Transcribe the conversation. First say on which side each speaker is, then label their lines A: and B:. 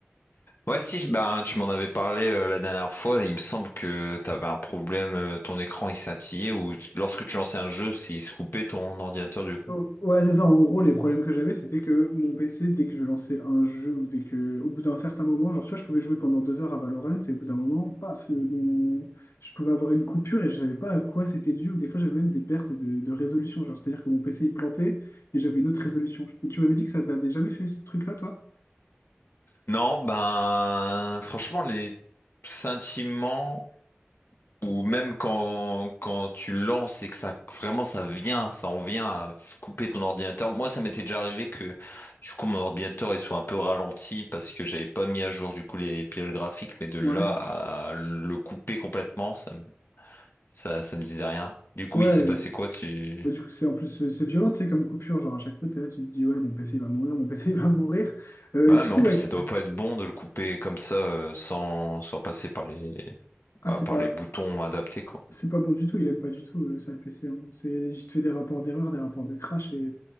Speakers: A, on the left; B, on the left.
A: Ouais, si, je- ben, tu m'en avais parlé euh, la dernière fois. Il me semble que tu avais un problème, euh, ton écran il scintillait ou t- lorsque tu lançais un jeu, il se coupait ton ordinateur du coup.
B: Oh, ouais, c'est ça. En gros, les problèmes que j'avais, c'était que mon PC, dès que je lançais un jeu ou dès que, au bout d'un certain moment, genre, tu vois, je pouvais jouer pendant deux heures à Valorant et au bout d'un moment, paf, euh, mon- je pouvais avoir une coupure et je savais pas à quoi c'était dû. Ou des fois, j'avais même des pertes de, de résolution. Genre, c'est-à-dire que mon PC, il plantait et j'avais une autre résolution. Et tu m'avais dit que ça t'avait jamais fait ce truc-là, toi?
A: Non, ben, franchement, les sentiments ou même quand, quand tu lances et que ça vraiment ça vient, ça en vient à f- couper ton ordinateur. Moi, ça m'était déjà arrivé que du coup mon ordinateur il soit un peu ralenti parce que j'avais pas mis à jour du coup les pilotes graphiques, mais de
B: Ouais.
A: là à le couper complètement, ça Ça, ça me disait rien. Du coup,
B: Ouais,
A: il s'est passé quoi, tu...
B: bah, du coup, c'est en plus, euh, c'est violent, tu sais, comme coupure. Genre, à chaque fois, t'es là, tu te dis, ouais, mon PC, il va mourir, mon PC, il va mourir. Euh,
A: Bah,
B: et du
A: ouais,
B: coup,
A: mais en plus,
B: ouais,
A: ça doit pas être bon de le couper comme ça, euh, sans, sans passer par les,
B: ah,
A: bah,
B: c'est
A: par
B: pas,
A: les boutons adaptés, quoi.
B: c'est pas bon du tout, il aime pas du tout, euh, ça, le PC. hein. C'est, il te fait des rapports d'erreur, des rapports de crash, et,